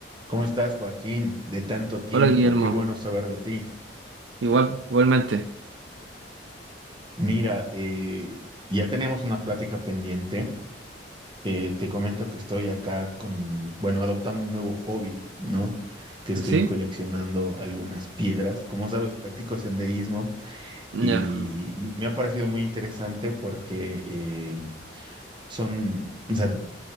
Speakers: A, on the right; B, on the right.
A: ¿Cómo estás, Joaquín? De tanto tiempo,
B: Hola Guillermo,
A: qué bueno saber de ti.
B: igual, igualmente.
A: Mira, eh, ya teníamos una plática pendiente. Eh, te comento que estoy acá con, bueno, adoptando un nuevo hobby, ¿no? Que estoy
B: ¿Sí?
A: coleccionando algunas piedras. Como sabes, practico senderismo
B: Ya.
A: y me ha parecido muy interesante porque eh, son, o sea,